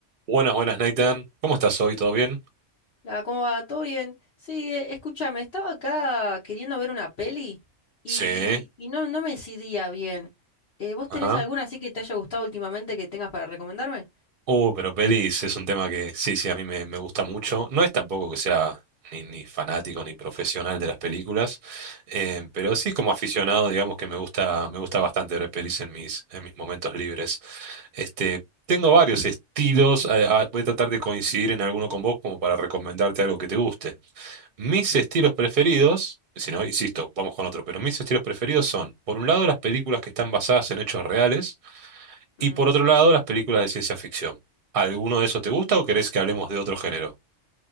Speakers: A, on the right (about 55°); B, on the left (about 50°).
A: Buenas, buenas, Nathan. ¿Cómo estás hoy? ¿Todo bien?
B: La, ¿cómo va? ¿Todo bien? Sí, eh, escúchame, estaba acá queriendo ver una peli y,
A: Sí.
B: y no, no me decidía bien. Eh, ¿vos
A: Ajá.
B: tenés alguna así que te haya gustado últimamente que tengas para recomendarme?
A: Uh, pero pelis es un tema que sí, sí, a mí me, me gusta mucho. No es tampoco que sea ni, ni fanático ni profesional de las películas, eh, pero sí como aficionado, digamos que me gusta, me gusta bastante ver pelis en mis, en mis momentos libres. Este, tengo varios estilos. eh, ah, Voy a tratar de coincidir
B: Ujú.
A: en alguno con vos como para recomendarte algo que te guste. Mis estilos preferidos, si no, insisto, vamos con otro, pero mis estilos preferidos son, por un lado, las películas que están basadas en hechos reales y
B: Mm,
A: por otro lado, las películas de ciencia ficción. ¿Alguno de esos te gusta o querés que hablemos de otro género?